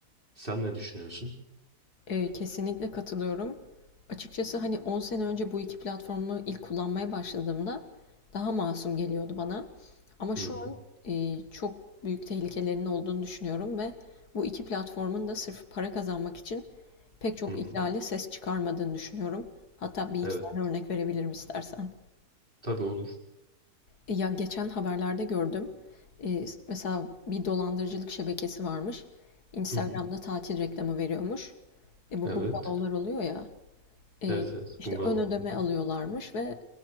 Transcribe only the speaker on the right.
Sen ne düşünüyorsun?
Hı hı.
Hı hı.
Evet.
Tabii olur.
Hı hı.
Evet.
Evet evet.
Bungalov.
Hı hı.